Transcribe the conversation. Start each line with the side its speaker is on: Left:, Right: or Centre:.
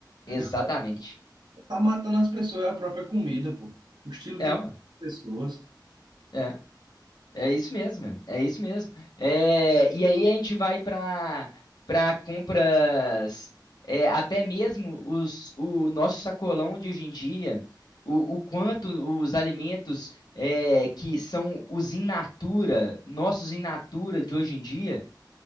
Left: exatamente.
Right: A galera tá matando as pessoas, é a própria comida, pô. O estilo
Left: É,
Right: de vida
Left: ué.
Right: das pessoas.
Left: É, é isso mesmo, mano. é isso mesmo. É, e aí a gente vai para para compras, é, até mesmo os, o nosso sacolão de hoje em dia, o, o quanto os alimentos é, que são os in natura, nossos in natura de hoje em dia